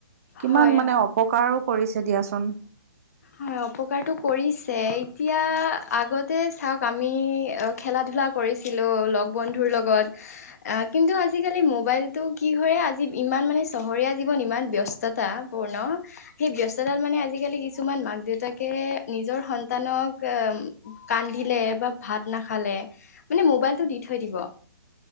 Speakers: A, on the right; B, on the left.
A: কিমান
B: হয়
A: মানে
B: হয়।
A: অপকাৰো কৰিছে দিয়াচোন
B: হয় অপকাৰটো কৰিছে এতিয়া আগতে চাওক আমি খেলা ধূলা কৰিছিলোঁ লগ বন্ধুৰ লগত আজি কালি মোবাইলটো কি হয় আজি ইমান মানে চহৰীয়া জীৱন ইমান ব্যস্ততাপূৰ্ণ সেই ব্যস্ততাত মানে আজিকালি কিছুমান মাক দেউতাকে নিজৰ সন্তানক কান্দিলে বা ভাত নাখালে মানে মোবাইল টো দি থৈ দিব